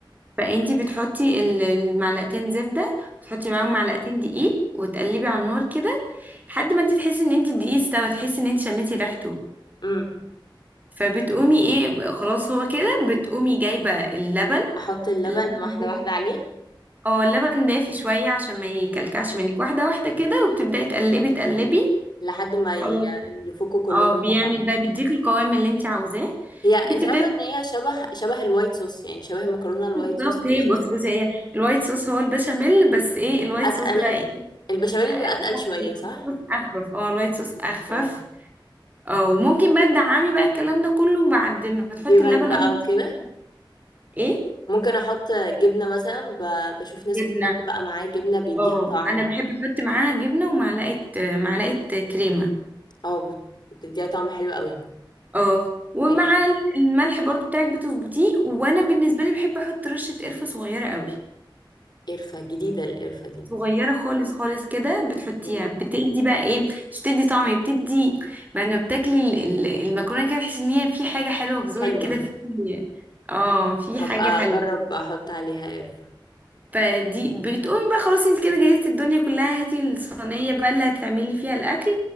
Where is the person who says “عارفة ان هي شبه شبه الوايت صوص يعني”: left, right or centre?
Left